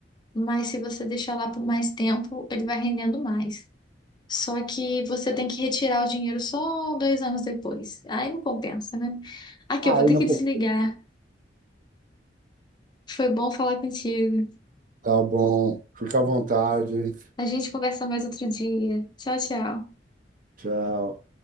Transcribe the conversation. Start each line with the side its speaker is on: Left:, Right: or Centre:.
Left: Mas se você deixar lá por mais tempo, ele vai rendendo mais. Só que você tem que retirar o dinheiro só dois anos depois. Aí não compensa, né? Aqui,
Right: Aí
Left: eu vou ter
Right: não
Left: que
Right: por
Left: desligar. Foi bom falar contigo.
Right: Tá bom. Fica à vontade.
Left: A gente conversa mais outro dia. Tchau, tchau.
Right: Tchau.